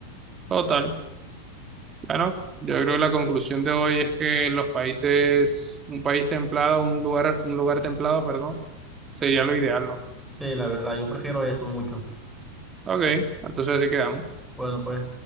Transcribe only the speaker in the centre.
Sí, la verdad, yo prefiero eso mucho.
Bueno, pues.